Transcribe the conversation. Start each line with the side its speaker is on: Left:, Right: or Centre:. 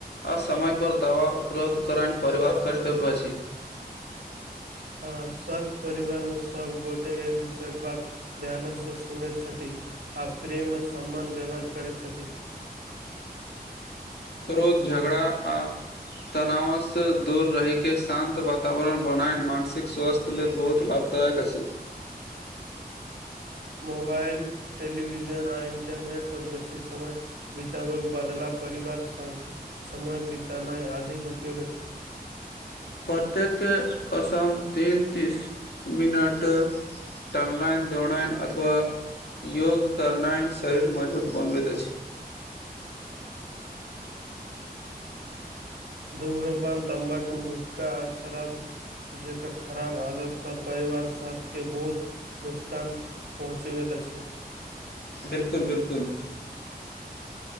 Left: आ समय पर दवा उपलब्ध कराइन परिवार करतब्य अछि
Right: हँ स्वासस्थ परिवारमे सबगोटे एक दोसरक बात ध्यानसँ सुनैत छथि आ प्रेम आ सम्मान व्यवहार करैत छथि
Left: क्रोध झगड़ा आ तनावसँ दूर रहि के शान्त वातावरण बनाय मानसिक स्वासस्थ लेल बहुत लाभदायक अछि
Right: मोबाइल टेलीविजन आ इन्टरनेटपर बेसी समय बितब बदला परिवार समय बितना अधिक उपयोग छै
Left: प्रत्येक कसम तीन तीस मिनट टलना दौड़नाय अथवा योग करना शरीर मजबूत बनबैत अछि
Right: धूम्रपान तम्बाकू गुटका आशरफ जकर खराब आदत सँ परिवार स्वस्थ्य के बहुत नुकसान पहुँचबैत अछि
Left: बिलकुल बिलकुल